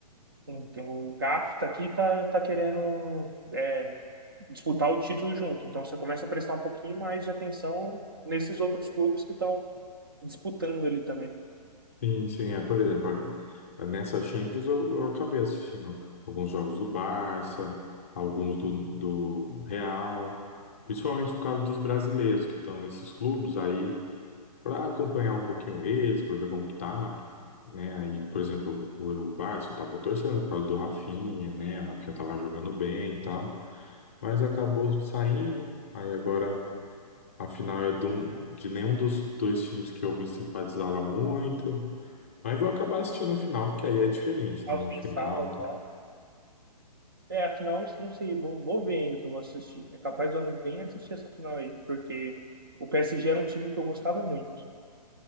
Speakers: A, on the right; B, on the left.
A: o, o tem o Gafi tá aqui, tá, tá querendo é, disputar o título junto. Então, você começa a prestar um pouquinho mais de atenção nesses outros clubes que estão disputando ali também.
B: sim, sim. É, por exemplo, a- nessa Champions eu, eu acabei assistindo alguns jogos do Barça, alguns do, do Real, principalmente por causa dos brasileiros que estão nesses clubes. Aí para acompanhar um pouquinho eles, para ver como que tá, né? Aí, por exemplo, o, o Barça eu tava torcendo por causa do Rafinha, né? O Rafinha tava jogando bem e tal, mas acabou saindo. Aí agora a final é de, um- de nenhum dos dois times que eu me simpatizava muito. Mas vou acabar assistindo a final, porque aí é diferente,
A: Ao
B: né? Uma
A: pensar
B: final,
A: e
B: tá?
A: tal. É, a final, não sei, vou, vou ver ainda, não vou assistir. É capaz de eu nem assistir essa final aí, porque o PSG era um time que eu gostava muito.